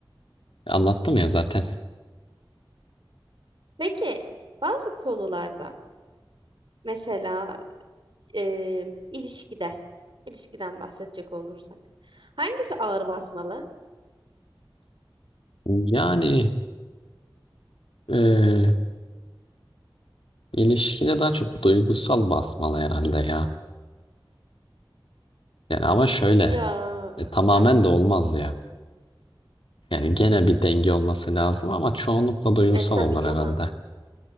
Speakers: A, on the left; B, on the right.
A: Anlattım ya zaten.
B: Peki bazı konularda mesela e, ilişkide, ilişkiden bahsedecek olursak hangisi ağır basmalı?
A: Yani e, ilişkide daha çok duygusal basmalı herhalde ya. Yani ama şöyle
B: Ya
A: e, tamamen
B: heh,
A: de olmaz ya. Yani gene bir denge olması lazım ama çoğunlukla duygusal
B: e tabii
A: olur
B: canım.
A: herhalde.